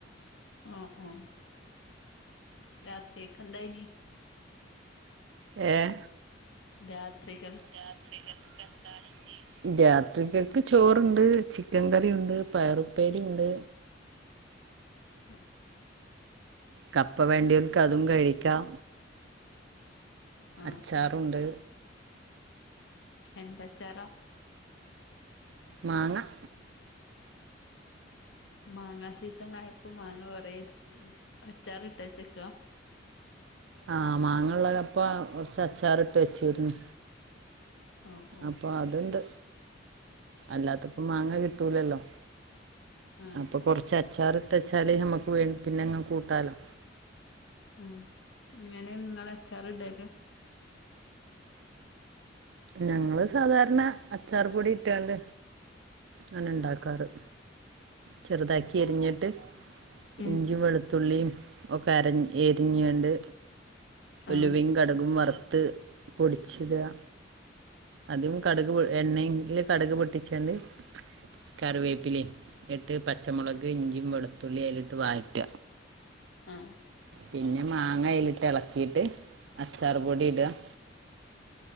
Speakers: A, on the left; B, on the right.
A: ആഹ് ആഹ് രാത്രിക്കെന്തായിന്
B: ഏഹ്
A: രാത്രികൾ
B: രാത്രികൾ ക്കെന്താണ്? രാത്രിക്കക്ക് ചോറുണ്ട് ചിക്കൻകറിയുണ്ട് പയറുപ്പേരിയുണ്ട്
A: ആഹ്
B: കപ്പ വേണ്ടിയോൽക്ക് അതും കഴിക്കാം.
A: ആഹ്
B: അച്ചാറുണ്ട്.
A: ആഹ് എന്തച്ചാറാ?.
B: മാങ്ങ-
A: മാങ്ങാ സീസൺ ആയപ്പോ മാങ്ങ കൊറേ എടുത്തുങ്ങാണ്ട് അച്ചാറിട്ടേച്ച്ക്കാ
B: ആഹ് മാങ്ങള്ളെപ്പ കുറച്ച് അച്ചാറിട്ട് വെച്ചിരുന്നു.
A: ഓഹ് ഓഹ്
B: അപ്പോ അതൂണ്ട് അല്ലാത്തപ്പോ മാങ്ങ കിട്ടൂലല്ലോ?
A: ആഹ്
B: അപ്പൊ കൊറച്ച് അച്ചാറിട്ടെച്ചാല് ഞമ്മക്ക് വേ പിന്നെങ്ങനെ കൂട്ടാലോ
A: ഉം എങ്ങനെ നിങ്ങള് അച്ചാർ ഇടല്?
B: ഞങ്ങള് സാധാരണ അച്ചാർ പൊടി ഇട്ട്യാണ്ട് അങ്ങനാ ഇണ്ടാക്കാറ്. ചെറുതാക്കിയരിഞ്ഞിട്ട്
A: ഉം
B: ഇഞ്ചിം വെളുത്തുള്ളിയും. ഒക്കെ അരഞ്ഞ എരിഞ്ഞാണ്ട് ഉലുവയും
A: ആഹ്
B: കടുകും വറുത്ത് പൊടിച്ചിടാ അതും കടുക് പൊ എണ്ണയില് കടുക് പൊട്ടിച്ചാണ്ട് കറിവേപ്പിലേം എന്നിട്ട് പച്ചമുളക് ഇഞ്ചീം വെളുത്തുള്ളിയും അയിലിട്ട് വാറ്റ
A: ആഹ്
B: പിന്നെ മാങ്ങ അയിലിട്ട് എളക്കിയിട്ട് അച്ചാർപൊടി ഇടാ-